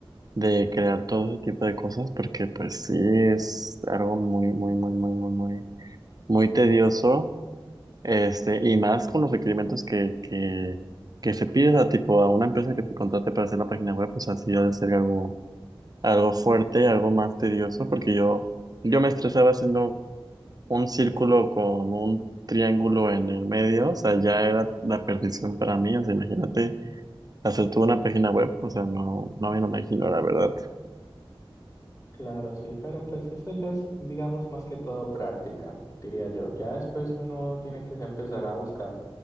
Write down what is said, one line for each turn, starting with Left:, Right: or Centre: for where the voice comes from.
Right: de crear todo ese tipo de cosas porque pues sí es algo muy muy muy muy muy muy muy tedioso este y más con los requerimientos que que que se pide a tipo a una empresa que te contrate para hacer la página web pues así ha de ser algo algo fuerte algo más tedioso porque yo yo me estresaba haciendo un círculo con un triángulo en el medio o sea ya era la perdición para mí o sea imagínate hacer toda una página web o sea no no me lo imagino la verdad
Left: Claro, sí, pero pues eso ya es, digamos, más que todo práctica, diría yo. Ya después uno tiene que empezar a buscar